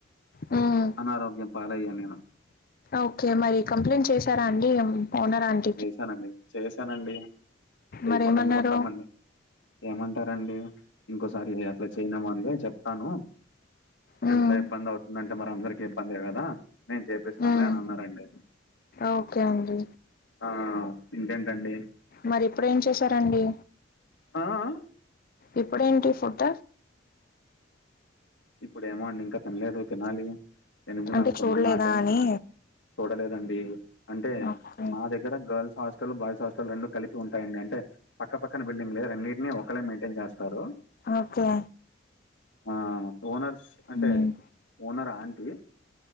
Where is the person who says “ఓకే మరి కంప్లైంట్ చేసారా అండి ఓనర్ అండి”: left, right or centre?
Left